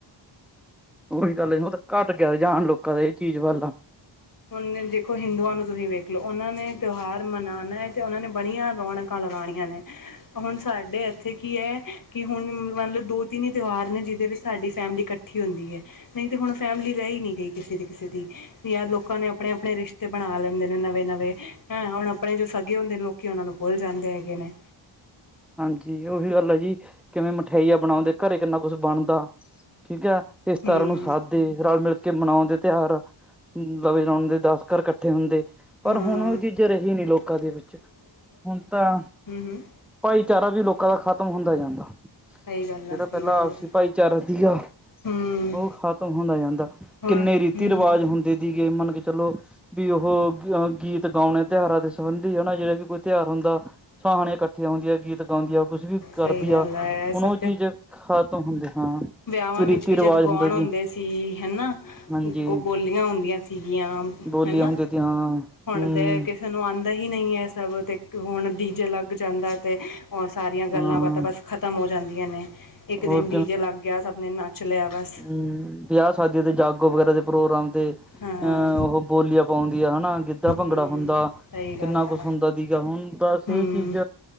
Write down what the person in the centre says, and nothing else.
ਓਈ ਗੱਲ ਏ ਮਤਲਬ ਕੱਟ ਗਯਾ ਰਜਾਣ ਲੋਕਾਂ ਦਾ ਇਹ ਚੀਜ਼ ਵੱਲ ਆ
ਹਾਂਜੀ ਓਈ ਗੱਲ ਐ ਜੀ ਕਿਵੇਂ ਮਠਾਈਆਂ ਬਣਾਉਂਦੇ ਘਰੇ ਕਿੰਨਾ ਕੁਛ ਬਣਦਾ, ਠੀਕ ਐ। ਇਸ ਤਾਰ੍ਹਾਂ
ਨੂੰ ਸਾਥ ਦੇ ਰਲ-ਮਿਲ ਕੇ ਕੇ ਮਨਾਉਦੇ ਤੇਹਾਰ ਨਵੇ ਰਾਉਣ ਦੇ ਦਸ ਕਰ ਕੱਠੇ ਹੁੰਦੇ। ਪਰ
ਹੁਣ ਓ ਚੀਜ਼ ਰਹੀ ਨੀ ਲੋਕਾਂ ਦੇ ਵਿੱਚ ਹੁਣ ਤਾਂ
ਭਾਈਚਾਰਾ ਵੀ ਲੋਕਾਂ ਦਾ ਖ਼ਤਮ ਹੁੰਦਾ ਜਾਂਦਾ।
ਜੇੜਾ
ਪੈਲਾਂ
ਆਪਸੀ
ਭਾਈਚਾਰਾ ਸੀਗਾ।
ਓ ਖਤਮ ਹੁੰਦਾ ਜਾਂਦਾ
ਕਿੰਨੇ ਰੀਤੀ-ਰਿਵਾਜ
ਹੁੰਦੇ ਸੀਗੇ ਮੰਨ ਕੇ ਚਲੋ ਵੀ ਓਹ ਅ ਗੀਤ ਗਾਓਣੇ ਤੇਹਾਰਾ ਦੇ ਸੰਬੰਧੀ ਹਨਾ ਜੇੜੇ ਵੀ ਕੋਈ ਤੇਹਾਰ ਹੁੰਦਾ ਸਹਾਣੀਆਂ ਕੱਠੀਆਂ ਹੁੰਦੀਆਂ ਗੀਤ ਗਾਉਂਦੀਆਂ ਕੁਛ ਅੱਜ ਵੀ ਕਰਦੀ
ਆ
ਹੁਣ ਓ ਚੀਜ਼ ਖਤਮ ਹੁੰਦੀ ਹਾਂ।
ਕੋਈ
ਰੀਤੀ
ਰਿਵਾਜ
ਹੁੰਦਾ
ਜੀ
ਹਾਂਜੀ
ਬੋਲੀਆਂ
ਹੁੰਦੀਆਂ ਤੀ ਹਾਂ
ਹਮ
ਹਾਂ
ਹੋਰ
ਹੂੰ ਵਿਆਹ ਸ਼ਾਦੀਆਂ ਦੇ ਜਾਗੋ ਵਗੈਰਾ ਦੇ ਪ੍ਰੋਗਰਾਮ ਤੇ
ਅਮ ਓਹ ਬੋਲੀਆਂ ਪਾਉਂਦੀਆਂ ਹਨਾ‌। ਗਿੱਧਾ ਭੰਗੜਾ
ਹੁੰਦਾ
ਕਿੰਨਾ ਕੁਛ
ਹੁੰਦਾ ਸੀਗਾ ਹੁਣ ਬਸ
ਇਹ ਚੀਜ਼